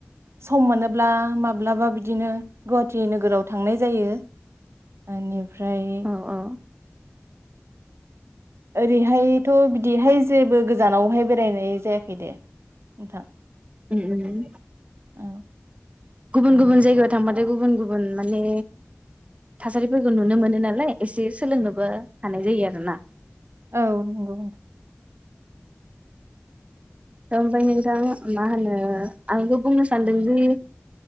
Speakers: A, on the right (about 65°); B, on the right (about 25°).
A: सम मोनोब्ला माब्लाबा बिदिनो गुवाहाटि नोगोराव थांनाय जायो मानि ओमफ्राय
B: औ औ
A: ओरैहायथ बिदिहाय जेबो गोजानावहाय बेरायनाय जायाखै दे नोंथां
B: उम उम
A: औ
B: गुबुन गुबुन जायगायाव थांबाथाय गुबुन गुबुन माने थासारिफोरखौ नुनो मोनो नालाय एसे सोलोंनोबो हानाय जायो आरोना
A: औ नंगौ नोंथां
B: ओमफ्राय नोंथां मा होनो आं बेखौ बुंनो सानदोंदि